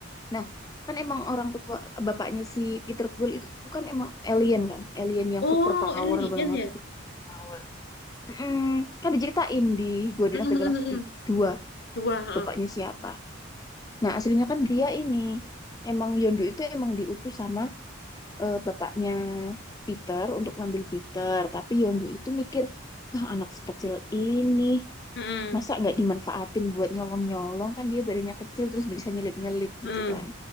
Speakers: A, on the left; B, on the left.
A: Nah, kan emang orang tua bapaknya si Peter Quill itu kan emang alien kan, alien yang
B: Oh
A: super power
B: alien
A: banget.
B: ya?
A: Power. Mm, kan diceritain di Guardian
B: Hmm,
A: of
B: hmm,
A: the Galaxy
B: hmm, hmm.
A: 2
B: Dua. heeh.
A: bapaknya siapa. Nah, aslinya kan dia ini emang Yondu itu emang diutus sama eh, bapaknya Peter untuk ngambil Peter, tapi Yondu itu mikir, "Wah, anak sekecil ini
B: Hmm.
A: masa nggak dimanfaatin buat nyolong-nyolong kan dia badannya kecil terus bisa nyelip-nyelip
B: Hmm.
A: gitu kan."